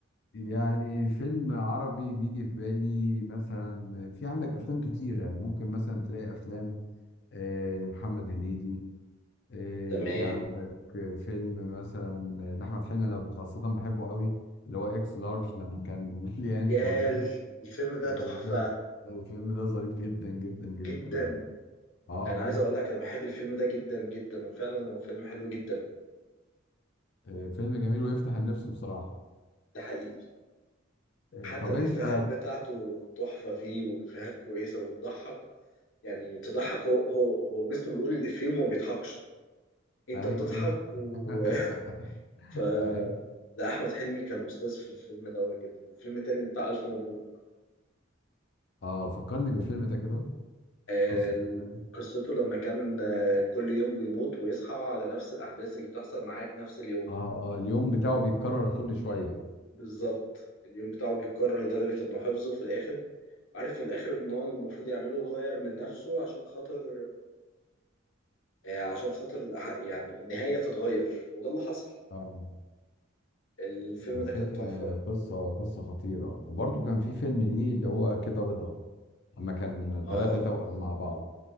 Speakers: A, on the left; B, on the left.
A: يعني فيلم عربي بيجي في بالي مثلا في عندك افلام كتيره ممكن مثلا تلاقي افلام آه، لمحمد هنيدي آه،
B: تمام
A: في عندك فيلم مثلا لاحمد حلمي انا خاصه بحبه قوي اللي هو اكس لارج لما كان <laughs> مليان
B: يا
A: شويه
B: ال- الفيلم ده
A: آه،
B: تحفة
A: فيلم آه، الفيلم ده ظريف جدا جدا جدا
B: جدا
A: يعني اه
B: أنا
A: اه
B: عايز أقول لك أنا بحب الفيلم ده جدا جدا وفعلا هو فيلم حلو جدا
A: آه، فيلم جميل ويفتح النفس بصراحة
B: ده حقيقي
A: آه،
B: حتى
A: طب
B: الإفيهات
A: انت
B: بتاعته تحفة فيه وإفيهات كويسة وتضحك يعني تضحك هو هو هو مستو بيقول الإفيه وما بيضحكش أنت
A: ايوه
B: بتضحك
A: ايوه
B: و
A: <laughs>
B: <laughs> ف
A: ايوه
B: لا أحمد حلمي كان أستاذ في الفيلم دوت جدا والفيلم التاني بتاع ألف مبروك
A: اه فكرني بالفيلم ده كده
B: آه،
A: قصة الفيلم.
B: قصته لما كان آه، كل يوم بيموت ويصحى على نفس الأحداث اللي بتحصل معاه في نفس اليوم
A: اه اه اليوم بتاعه بيتكرر كل شوية
B: بالظبط اليوم بتاعه بيتكرر لدرجة إنه حفظه في الآخر عارف في الآخر إن هو المفروض يعمله غير من نفسه عشان خاطر آه، عشان خاطر الأح- يعني النهاية تتغير وده اللي حصل
A: اه
B: الفيلم
A: كان
B: ده
A: فيلم
B: كان تحفة
A: آه، قصة قصة خطيرة وبرضه كان في فيلم ليه اللي هو كده رضا لما كان
B: اه
A: ثلاثة توأم مع بعض